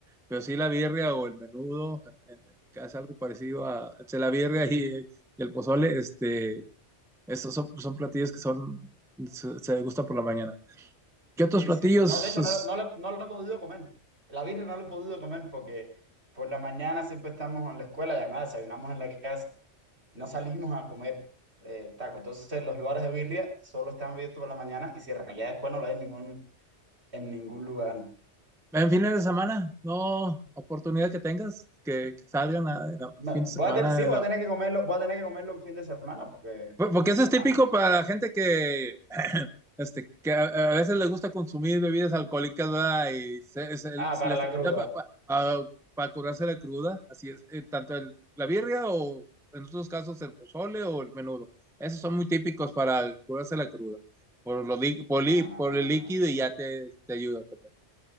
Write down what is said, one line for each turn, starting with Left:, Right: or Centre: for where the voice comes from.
Centre: Pero sí la birria o el menudo, en- en- que es algo parecido a, entre la birria y, y el pozole, este, Esos son, son platillos que son, se, se gusta por la mañana. ¿Qué otros
Right: Sí,
Centre: platillos
Right: sí. No, de hecho
Centre: pues,
Right: no, lo- no, lo- no lo he podido comer. La birria no lo he podido comer porque por la mañana siempre estamos en la escuela y además desayunamos en la casa. no salimos a comer eh, taco. Entonces los lugares de birria solo están abiertos por la mañana y cierran. Ya después no lo hay en ningún, en ningún lugar.
Centre: en fines de semana? No, oportunidad que tengas, que, que salgan a, en la
Right: No,
Centre: fin
Right: voy
Centre: de semana,
Right: a ten- sí, voy
Centre: en
Right: a tener que comerlo, voy a tener que comerlo un fin de semana, porque
Centre: Por- Porque
Right: entre
Centre: eso
Right: semana.
Centre: es típico para la gente que, <clears throat> <laughs> este, que a, a veces les gusta consumir bebidas alcohólicas, ¿verdad? Y se- se-
Right: Ah,
Centre: se
Right: para
Centre: les
Right: la
Centre: ayuda
Right: cruda.
Centre: pa- pa- a- para curarse la cruda. Así es, eh, tanto el- la birria o en otros casos el pozole o el menudo. Esos son muy típicos para curarse la cruda. Por, lo, li- por, li-
Right: Ah,
Centre: por el líquido y ya te, te ayuda también.